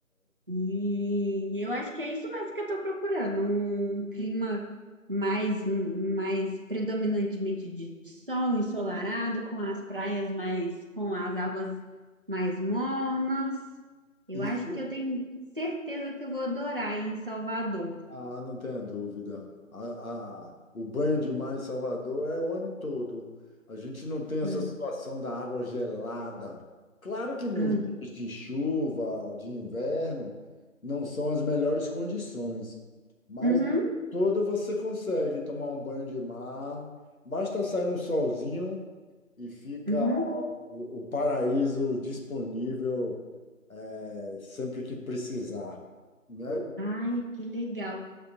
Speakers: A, on the right; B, on the left.
A: E eu acho que é isso mesmo que eu estou procurando, um clima mais, mais predominantemente de sol, ensolarado, com as praias mais, com as águas mais mornas. Eu
B: isso
A: acho que eu tenho certeza que eu vou adorar aí em Salvador.
B: Ah, não tenha dúvida. A- a- o banho de mar em Salvador é o ano todo. A gente não tem essa
A: Hum,
B: situação da água gelada. Claro que nos
A: hum,
B: dias de chuva, de inverno, não são as melhores condições, mas
A: Uhum,
B: o ano todo você consegue tomar um banho de mar. Basta sair um solzinho e fica
A: uhum.
B: o, o paraíso disponível, eh, sempre que precisar, né?
A: Ai, que legal.